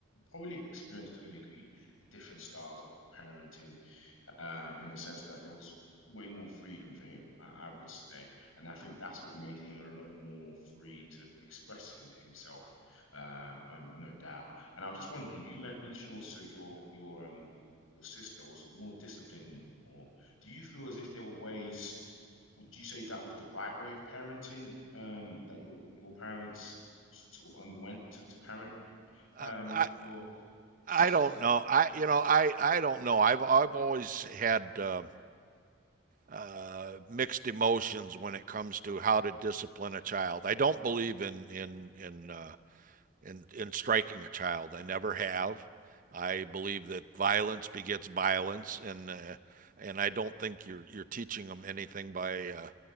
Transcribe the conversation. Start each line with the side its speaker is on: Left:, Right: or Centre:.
Left: probably experienced to a degree different styles of, of parenting, um, in the sense that there was way more freedom for him, I, I would say, and I think that's what made him a lot more free to express him, himself, um, um, no doubt. And I was just wondering, you mentioned also your your um your sister was more disciplined more. Do you feel as if there were ways would you say that was the right way of parenting um, that your your parents sort of underwent to, to parent um,
Right: I, I
Left: your, your sister?
Right: I don't know. I you know I I don't know. I've I've always had uh, uh, mixed emotions when it comes to how to discipline a child. I don't believe in in in uh, in in striking a child. I never have. I believe that violence begets violence, and uh, and I don't think you're you're teaching them anything by uh,